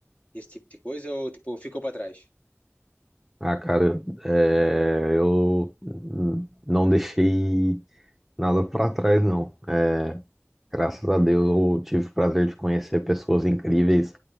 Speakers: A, on the left; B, in the centre.
A: esse tipo de coisa, ou, tipo, ficou para trás?
B: Ah, cara, é, eu não deixei nada pra trás, não. É, graças a Deus eu tive o prazer de conhecer pessoas incríveis,